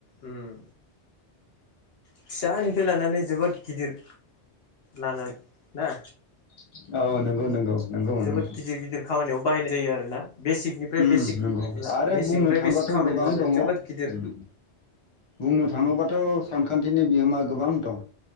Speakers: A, on the left; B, on the left.
A: उम फिसानिफ्राय लानानै जोबोद गिदिर लानानै ना?
B: औ नंगौ नंगौ। नंगौ
A: जोबोद
B: नोंथां
A: गिदिर गिदिर खामानियाव बाहायनाय जायो आरोना बेसिकनिफ्राय
B: उम
A: बेसिक
B: नंगौ आरो
A: बेसिकनिफ्राय
B: बुंनो थांबाथ'
A: बेसिक खामानि
B: गोबां
A: लानानै
B: दङ
A: जोबोद
B: उम
A: गिदिर
B: बुंनो थाङोबाथ'
A: उम
B: सानखान्थिनि बिहोमा गोबां दं